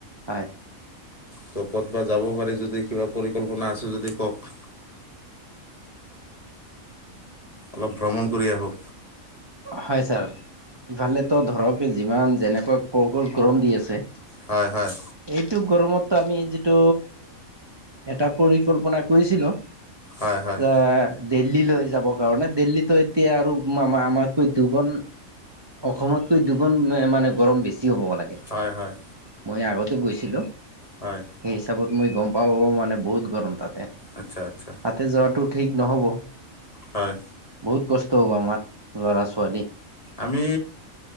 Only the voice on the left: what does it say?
ত ক'তব যাব পাৰি যদি কিবা পৰিকল্পনা আছে যদি কওক অলপ ভ্ৰমণ কৰি আহো
হয় হয়
হয় হয়
হয় হয়
হয়
আচ্ছা আচ্ছা
হয়।
আমি